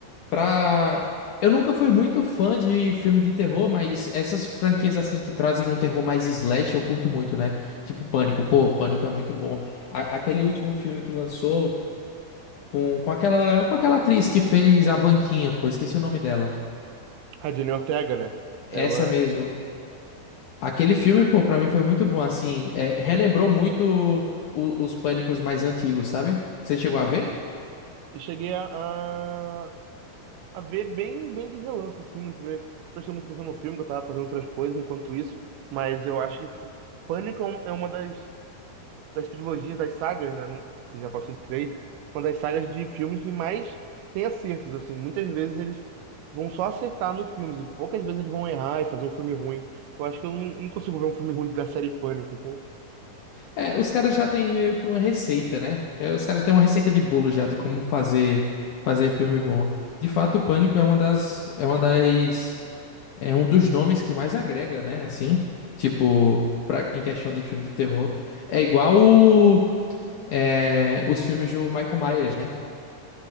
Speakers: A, on the left; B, on the right.
A: Pra... Eu nunca fui muito fã de filme de terror, mas essas franquias assim que trazem um terror mais slash eu curto muito, né? Tipo Pânico, pô, Pânico é muito bom. A- aquele último filme que lançou com, com aquela com aquela atriz que fez a Wandinha, pô, esqueci o nome dela.
B: A Jenny Ortega, né?
A: Essa
B: Ela,
A: mesmo. Aquele filme, pô, pra mim foi muito bom, assim, é, relembrou muito o- os Pânicos mais antigos, sabe? Você chegou a ver?
B: E cheguei a, a, a ver bem, bem de relance, assim, não pre- prestei muita atenção no filme, que eu tava fazendo outras coisas enquanto isso, mas eu acho que fu- Pânico é um- é uma das, das trilogias, das sagas, né, que já passou de três, uma das sagas de filmes que mais tem acertos, assim, muitas vezes eles vão só acertar nos filmes, e poucas vezes eles vão errar e fazer um filme ruim. Eu acho que eu não, não consigo ver um filme ruim da série Pânico, então
A: É, os caras já têm meio que uma receita, né? É, os caras têm uma receita de bolo já de como fazer fazer filme bom. De fato, o Pânico é uma das é uma das é um dos nomes que mais agrega, né? Assim, tipo, pra, em questão de filme de terror, é igual o, é, os filmes do Michael Myers, né?